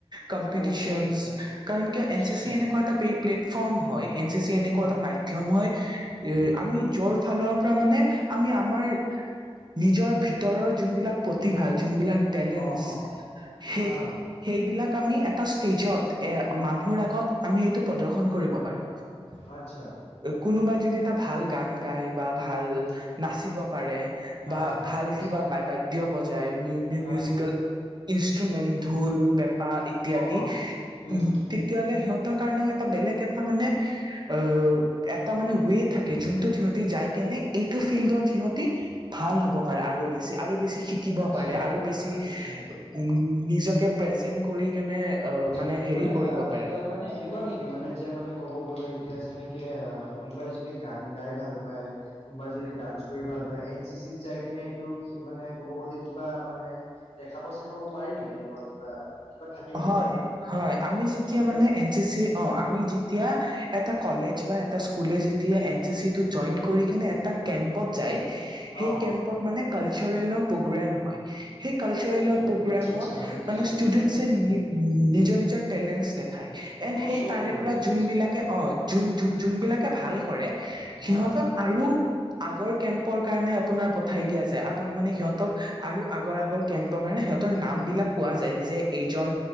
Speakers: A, on the right; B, on the left.
A: কম্পিটিশনচ
B: অ' আচ্ছা, আচ্ছা।
A: কাৰণ কিয়
B: আচ্ছা,
A: এন
B: আচ্ছা।
A: চি চি এনেকুৱা এটা প্লেটফৰ্ম হয় এন চি চি এনেকুৱা
B: অ',
A: এটা মাধ্যম হয়, এ আমি যৰ ফালৰ পৰা মানে আমি আমাৰ নিজৰ ভিতৰৰ যোনবিলাক প্ৰতিভা, যোনবিলাক টেলেনচ
B: অ', অ'।
A: সেই
B: হা, হা।
A: সেইবিলাক আমি এটা ষ্টেজত এ মানুহৰ আগত আমি এইটো প্ৰদৰ্শন কৰিব পাৰো।
B: আচ্ছা।
A: কোনোবাই যদি, এটা ভাল গান গায়, বা ভাল
B: হুম।
A: নাচিব পাৰে
B: হা,
A: বা
B: হা।
A: ভাল
B: গম পাইছোঁ।
A: কিবা বা বাদ্য বজায় মিও-মিও,
B: হা,
A: মিউজিকেল
B: হা।
A: ইনস্ত্ৰোমেণ্ট ঢোল, পেপা ইত্যাদি
B: অ', অ'। হুম।
A: উম' তেতিয়াহ'লে সিহঁতৰ কাৰণেও এটা বেলেগ এটা মানে অ এ এটা মানে ৱে থাকে যোনটো সিহঁতি যাই কেনে এইটো ফিল্ডৰ সিহঁতি ভাল হ'ব পাৰে আৰু বেছি। আৰু বেছি শিকিব
B: আচ্ছা।
A: পাৰে আৰু বেছি
B: আচ্ছা,
A: উ
B: আচ্ছা।
A: নিজকে প্ৰেজেন্ট কৰি কেনে অ'
B: আচ্ছা,
A: মানে হেৰি
B: মানে
A: কৰিব
B: অ কি
A: পাৰে
B: কয় মানে এনেকুৱা নেকি মানে যে মানে ক'ব গ'লে এতিয়া যেনেকে অ। কোনোবাই যদি গান গাই ভাল পায় কোনোবা যদি ডান্স কৰি ভাল পায়। এন চি চিত যাই কিনে এইটো সেই মানে ক'ব গ'লে, কিবা মানে দেখাব-চেখাব পাৰি নেকি এনেকুৱা কিবা-কিবা থাকে নেকি
A: হয়
B: তেনেকুৱা?
A: হয় আমি যেতিয়া
B: নে সেনেকুৱা
A: মানে
B: থাকে?
A: এন চি চি অ আমি যেতিয়া এটা কলেজ বা এটা স্কুল এতিয়া এন চি চি টোত জইন কৰি কেনে, এটা কেম্পত জাই, সেই
B: অ'।
A: কেম্পত মানে কালচাৰৱেল ৰ প্ৰগ্ৰাম হয়। সেই কালচাৰেল
B: অ'কে
A: পগ্ৰমত
B: আচ্ছা আচ্ছা বুজিছো।
A: মানে ষ্টুদেনজ
B: উম,
A: নিজৰ-নিজৰ
B: উম, উম।
A: তেলেঞ্চ দেখাই
B: অ'
A: সেই
B: শ্ব'
A: তাৰে
B: কৰে
A: পৰা যোন
B: আচ্ছা।
A: বোলাকে অ', যোনবিলাকে ভাল কৰে
B: হা,
A: সিহঁতক আৰু আগৰ কেম্পৰ কাৰণে আপোনাৰ পঠাই দিয়া যায় আপুনি মানে সিহঁতক আৰু আগৰ আগৰ কেম্পৰ কাৰণে সিহতক নাম বিলাক কোৱা যায় যে এইজন